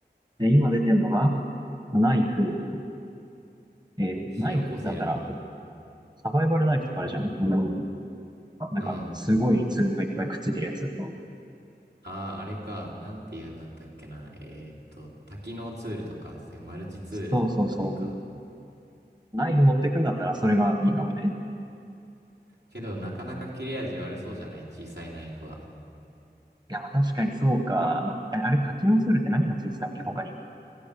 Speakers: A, on the right (about 25°); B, on the right (about 75°).
A: え、今出てんのが、ナイフ。えーナイフだったら、
B: 火起こせるもの。
A: サバイバルナイフとかあるじゃん。あの、なんか、
B: うん。
A: すごいツールがいっぱいくっついてるやつ。
B: ああ、あれか。なんて言うんだったっけな。えーっと、多機能ツールとか、そういうマルチツールの、
A: そうそうそう。
B: あれか。
A: ナイフ持ってくんだったらそれがいいかもね。
B: けど、なかなか切れ味悪そうじゃない小さいナイフは。
A: いや、まあ確かにそうか。ああれ、多機能ツールって何がついてたっけ、他に。